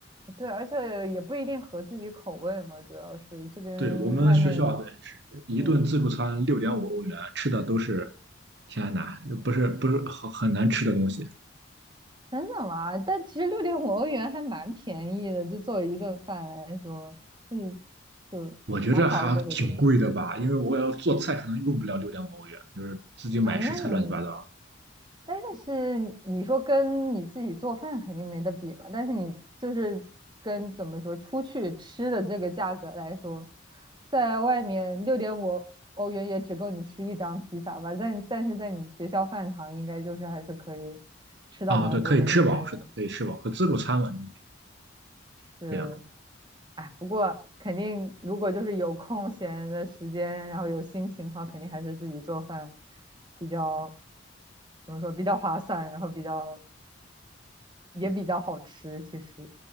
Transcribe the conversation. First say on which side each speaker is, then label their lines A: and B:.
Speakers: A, on the right; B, on the right.
A: 对，而且也不一定合自己口味嘛，主要是这边外面，
B: 对我们学校的是一顿自助餐六点五欧元，
A: 嗯，
B: 吃的都是天哪，不是不是很很难吃的东西。
A: 真的吗？但其实六点五欧元还蛮便宜的，就作为一顿饭来说，嗯，就还好这个就
B: 我觉着还挺贵的吧，因为我要做菜可能用不了六点五欧元，就是自己买食材乱七八糟。
A: 啊，那你但是你说跟你自己做饭肯定没得比嘛，但是你就是跟怎么说出去吃的这个价格来说，在外面六点五欧元也只够你吃一张披萨吧，但但是在你学校饭堂应该就是还是可以吃到蛮多东西的，
B: 啊，对，可以吃饱，是的，可以吃饱，和自助餐嘛，应该
A: 是，
B: 这样的。
A: 哎，不过肯定如果就是有空闲的时间，然后有心情的话，肯定还是自己做饭比较怎么说比较划算，然后比较。也比较好吃。其实